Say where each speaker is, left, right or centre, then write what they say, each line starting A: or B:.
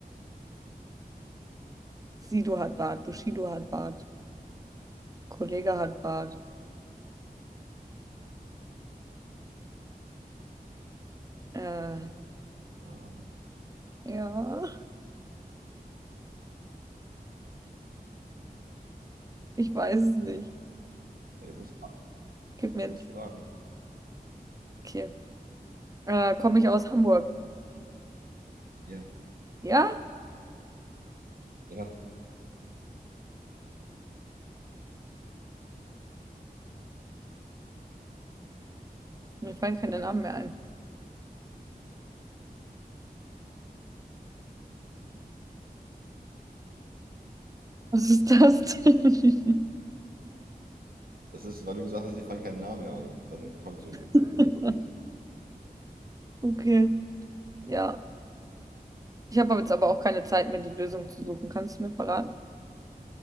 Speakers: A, on the right; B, on the right.
A: Sido hat Bart. Bushido hat Bart. Kollege hat Bart. Äh,
B: Ja.
A: ja, ich weiß es nicht.
B: Ja, du musst,
A: Gib mir
B: du
A: einen
B: musst
A: Tipp.
B: fragen.
A: Okay. Äh, komme ich aus Hamburg?
B: Ja,
A: Ja?
B: ja.
A: Mir fallen keine Namen mehr ein. Was ist das denn?
B: Das ist, weil du gesagt hast, dir fallen keine Namen mehr ein. Dann kommst du in dem
A: <laughs>
B: in dem Spiel so
A: Okay. Ja. Ich habe jetzt aber auch keine Zeit mehr, die Lösung zu suchen. Kannst du mir verraten?